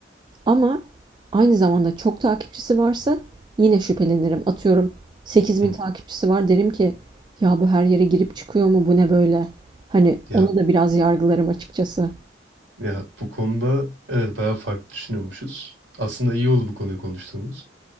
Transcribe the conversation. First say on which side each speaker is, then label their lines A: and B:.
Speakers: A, on the right; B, on the right.
A: Ama aynı zamanda çok takipçisi varsa yine şüphelenirim. Atıyorum sekiz
B: Hı.
A: bin takipçisi var derim ki ya bu her yere girip çıkıyor mu bu ne böyle? Hani
B: Ya
A: onu da biraz yargılarım açıkçası.
B: ya bu konuda evet bayağı farklı düşünüyormuşuz. Aslında iyi oldu bu konuyu konuştuğumuz.